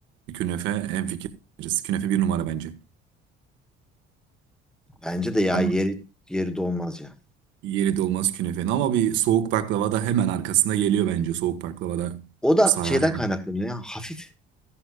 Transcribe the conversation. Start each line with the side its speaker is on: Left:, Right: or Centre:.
Right: Künefe en fikiriz. Künefe bir numara bence.
Centre: Bence de ya
Right: Ama
Centre: yeri, yeri dolmaz ya.
Right: yeri de olmaz künefenin. Ama bir soğuk baklava da hemen arkasında geliyor bence. Soğuk baklava da
Centre: O da
Right: sarar
Centre: şeyden kaynaklanıyor
Right: yani.
Centre: ya. Hafif